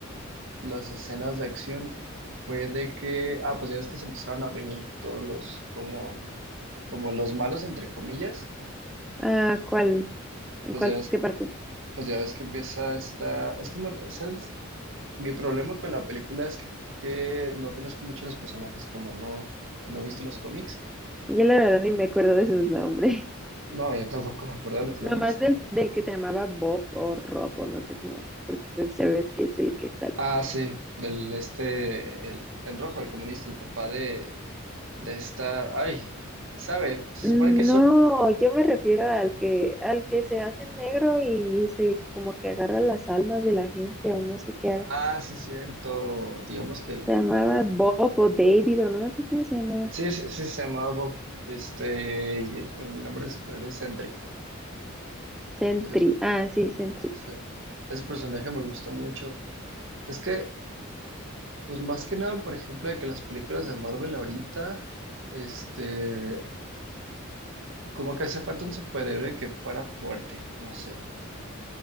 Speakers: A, on the right (about 65°); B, in the centre.
A: las escenas de acción, fue de que, ah, pues ya ves que se empezaron a reunir todos los, como, como los malos, entre comillas,
B: Ah, ¿cuál? ¿En
A: pues
B: cuál?
A: ya ves,
B: ¿Qué parte?
A: pues ya ves que empieza esta, es que no, ¿sabes? Mi problema con la película es que no conozco mucho los personajes, como no, no he visto los cómics.
B: Yo la verdad ni me acuerdo de sus nombres.
A: No, yo tampoco me acuerdo
B: <laughs>
A: de los nombres.
B: Nomás del, del que se llamaba Bob o Rob o no sé cómo, porque pues ya ves que es el que está
A: Ah, sí, del este, el, el rojo, el comunista, el papá de, de esta. Ay, ¿sabe? Se
B: No,
A: supone que son.
B: yo me refiero al que, al que se hace negro y se como que agarra las almas de la gente o no sé qué haga.
A: Ah, sí, es cierto. Digamos que el,
B: Se
A: el-
B: llamaba Bob o David o no me acuerdo cómo se llamaba.
A: Sí, sí, sí, se llamaba Bob. Este, y el, el nombre del superhéroe es Sentry.
B: Sentry.
A: Pero,
B: Ah, sí, Sentry.
A: sí, Ese personaje me gustó mucho. Es que, pues más que nada, por ejemplo, de que las películas de Marvel ahorita, este, como que hace falta un superhéroe que fuera fuerte, no sé.